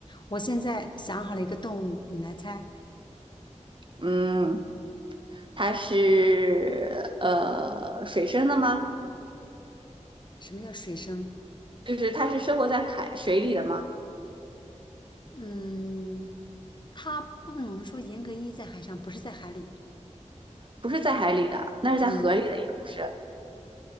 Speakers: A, on the left; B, on the right.
A: 我现在想好了一个动物，你来猜，
B: 嗯，它是呃水生的吗？
A: 什么叫水生？
B: 就是它是生活在海水里的吗？
A: 嗯，它不能说严格意义在海上，不是在海里。
B: 不是在海里的，那是在河里的，
A: 嗯，
B: 也不是。